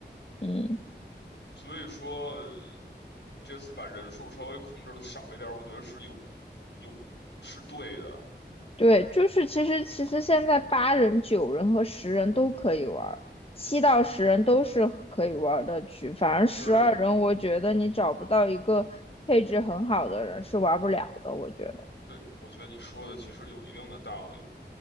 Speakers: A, on the left (about 30°); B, on the left (about 70°).
A: 嗯，
B: 所以说这次把人数稍微控制的少一点儿，我觉得是有有是对的。
A: 对，就是其实其实现在八人、九人和十人都可以玩儿，七到十人都是可以玩儿的局。反而十二人，
B: 是的，
A: 我觉得你找不到一个配置很好的人是玩不了的，我觉得。
B: 对，我觉得你说的其实有一定的道理，